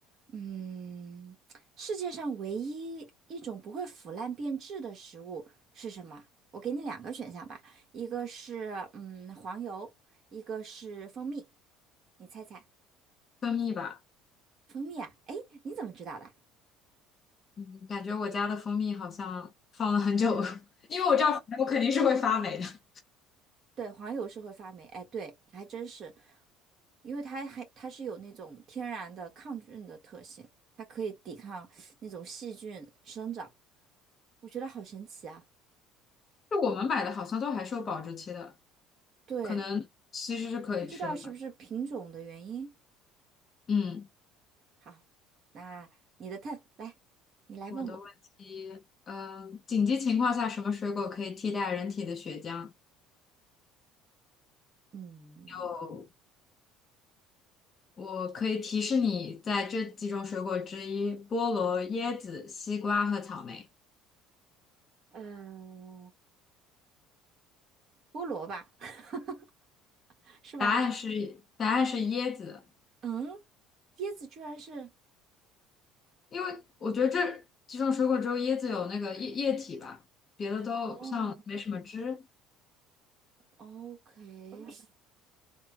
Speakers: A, on the right; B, on the left.
A: 嗯，世界上唯一一种不会腐烂变质的食物是什么？我给你两个选项吧，一个是嗯黄油，一个是蜂蜜，你猜猜？
B: 蜂蜜吧。
A: 蜂蜜啊？哎，你怎么知道的？
B: 嗯，感觉我家的蜂蜜好像放了很久，<laughs> 因为我知道反正我肯定是会发霉的。
A: 对，黄油是会发霉，哎，对，还真是，因为它还它是有那种天然的抗菌的特性，它可以抵抗那种细菌生长，我觉得好神奇啊！
B: 就我们买的好像都还是有保质期的，
A: 对，
B: 可能其实是可以吃的吧。
A: 不知道是不是品种的原因。
B: 嗯，
A: 好，那你的 t 来，你来问我，
B: 我的问题，嗯、紧急情况下什么水果可以替代人体的血浆？
A: 嗯，
B: 有我可以提示你，在这几种水果之一，菠萝、椰子、西瓜和草莓。
A: 嗯，菠萝吧，<laughs> 是吗？
B: 答案是答案是椰子，
A: 嗯，椰子居然是，
B: 因为我觉得这几种水果只有椰子有那个液液体吧，别的都像没什么汁。
A: 哦，OK，